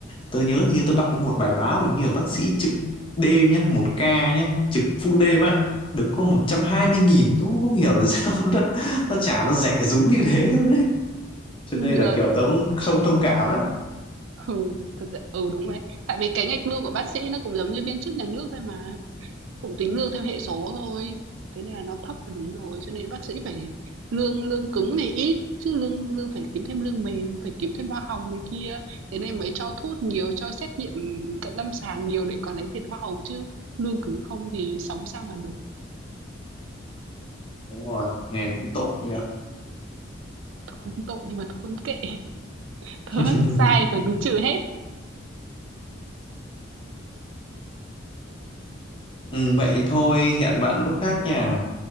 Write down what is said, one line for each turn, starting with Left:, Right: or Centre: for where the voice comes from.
Left: Tớ nhớ như tớ đọc có một bài báo hình như là bác sĩ trực đêm nhá Một ca nhá trực full đêm á Được có một trăm hai mươi nghìn Tớ cũng không hiểu là sao <laughs> nó, nó trả nó rẻ rúng như thế luôn đấy Cho nên
Right: Được,
Left: là kiểu tớ cũng
Right: ừ,
Left: không thông cảm đó
Right: ừ, thật ra ừ, đúng đấy. Tại vì cái ngạch lương của bác sĩ nó cũng giống như viên chức nhà nước thôi mà. cũng tính lương theo hệ số thôi. Thế nên là nó thấp là đúng rồi, cho nên bác sĩ phải lương lương cứng thì ít, chứ lương lương phải kiếm thêm lương mềm, phải kiếm thêm hoa hồng này kia, thế nên mới cho thuốc nhiều, cho xét nghiệm cận lâm sàng nhiều để còn lấy tiền hoa hồng chứ. Lương cứng không thì sống sao mà đủ.
Left: Đúng rồi nghe cũng tội nhỉ
Right: Thôi tội nhưng mà thôi kệ, <laughs> tớ
Left: <laughs>
Right: sai tớ cứ trừ hết.
Left: ừ, Vậy thôi hẹn bạn lúc khác nha